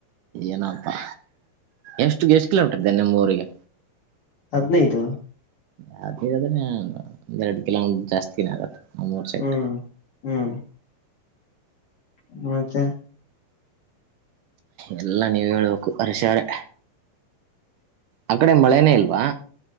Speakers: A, on the right; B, on the left.
A: ಏನಪ್ಪಾ ಎಷ್ಟು ಎಷ್ಟು ಕಿಲೋಮೀಟರ್ ಇದ್ದೇ ನಿಮ್ಮ್ ಊರಿಗೆ?
B: ಹದ್ನೈದು.
A: ಯಾವ್ದ ಇರದ್ರೆ ಒದ್ ಎರಡ್ ಕಿಲೋಮೀಟ್ರ ಜಾಸ್ತಿನ ಆಗತ್ತ ಮೂರ್ ಸೈಕ್
B: ಹ್ಮ್ ಹ್ಮ್ <unintelligible> <unintelligible>
A: ಎಲ್ಲ ನೀವ್ ಹೇಳ್ಬೇಕು ಹರ್ಷಿ ಅವ್ರೆ. ಆ ಕಡೆ ಮಳೆನೇ ಇಲ್ವಾ?